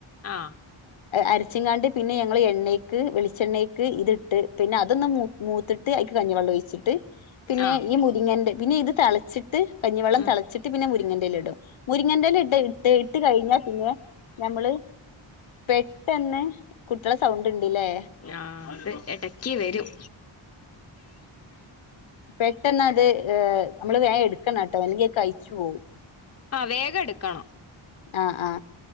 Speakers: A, on the left (about 30°); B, on the left (about 70°).
A: ആ
B: അരച്ചിങ്ങാണ്ട് പിന്നെ ഞങ്ങൾ എണ്ണക്ക് വെളിച്ചെണ്ണക്ക് ഇതി ഇട്ട് പിന്നെ അതൊന്നും മൂത്തിട്ട് അക്ക് കഞ്ഞിവെള്ളം ഒഴിച്ചിട്ട് പിന്നെ
A: ആഹ്
B: ഈ മുരിങ്ങൻ പിന്നെ ഇത് തിളിച്ചിട്ട് കഞ്ഞിവെം
A: ഉം
B: തളച്ചിട്ട് പിന്നെ മുരിങ്ങെ ഇടും മുരിങ്ങണ്ടൽ ഇട്ട് ഇട്ട് ഇട്ട് കഴിഞ്ഞാ പിന്നെ നഞമ്മള് പെട്ടന്നെ കുട്ടികള സൗണ്ട് ഉണ്ടല്ലേ
A: ആ അത് ഇടക്കി വരും
B: പെട്ടെന്ന അത് നമ്മള് വേഗം
A: ഉം
B: എടുക്കണം കേട്ടോ അല്ലെങ്ക കഴിച്ചു പോകവും
A: ആ വേഗം എടുക്കണ്ണം
B: ആആ